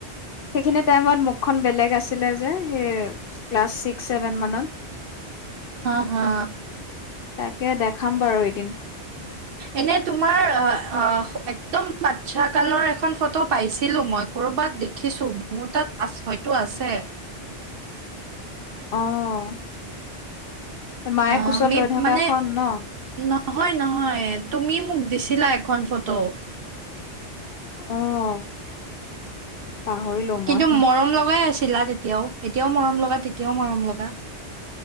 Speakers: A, on the left (about 60°); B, on the right (about 60°).
A: সেইখিনি টাইমত মুখখন বেলেগ আছিলে যে, সেই ক্লাছ ছিক্স ছেভেন মানত।
B: হা হা।
A: তাকে দেখাম বাৰু এদিন।
B: এনে তোমাৰ আ আহ একদম বাচ্ছা কালৰ এখন ফটো পাইছিলো মই। ক'ৰবাত দেখিছো মোৰ তাত আ হয়তো আছে।
A: অ', এই মায়ে
B: অ,
A: কোচত
B: আমি
A: লৈ থকাখন
B: মানে
A: ন?
B: নহয় নহয়, তুমি মোক দিছিলা এখন ফটো।
A: অ'। পাহৰিলো মই
B: কিন্তু মৰম লগাই আছিলা তেতিয়াও। এতিয়াও মৰম লগা তেতিয়াও মৰম লগা।